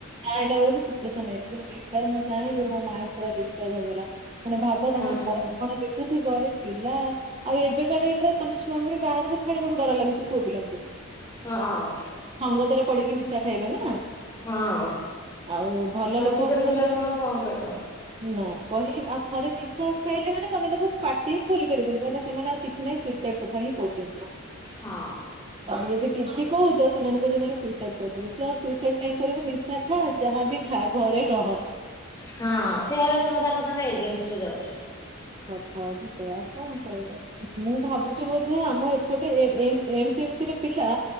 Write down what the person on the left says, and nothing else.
ହୁଁ
ହଁ ଅଁ।
ହଁ
ଆଜିକାଲି
ପିଲାଙ୍କୁ ଆଉ କଣ କହିବ
ହଁ
ହଁ ସେ ଭାବିବେ ତମେ ତାଙ୍କ-ତାଙ୍କ ଏଗେନଷ୍ଟରେ ଯାଉଚ।